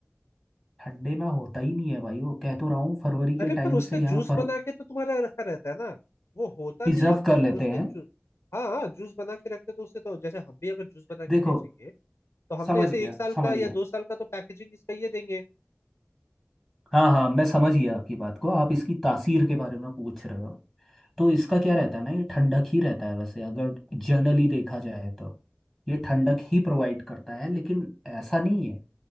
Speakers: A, in the centre; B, on the left.
A: ठंडे में होता ही नहीं है भाई वो कह तो रहा हूँ फरवरी
B: अरे
A: के टाइम
B: पर उसका
A: से यहाँ
B: जूस
A: फर
B: बना के तो तुम्हारा रखा रहता है ना वो होता
A: प्रिजर्व
B: नहीं है
A: कर
B: फूल
A: लेते
B: पर उसके
A: हैं
B: जू हाँ हाँ जूस बना के रखते तो उससे तो जैसे हम भी अगर जूस बना के
A: देखो
B: बेचेंगे तो हम
A: समझ
B: तो ऐसे
A: गया
B: एक साल
A: समझ
B: का या
A: गया
B: दो साल का तो पैकेजिंग इसका ये देंगे
A: हाँ हाँ मैं समझ गया आपकी बात को आप इसकी तासीर के बारे में पूछ रहे हो तो इसका क्या रहता है ना ये ठंडक ही रहता है वैसे अगर जनरली देखा जाए तो ये ठंडक ही प्रोवाइड करता है लेकिन ऐसा नहीं है